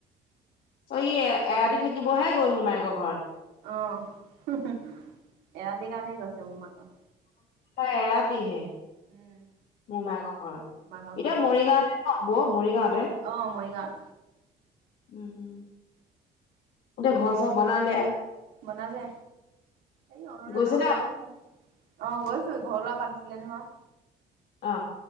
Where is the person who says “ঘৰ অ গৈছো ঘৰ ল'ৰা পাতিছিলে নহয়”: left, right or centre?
Right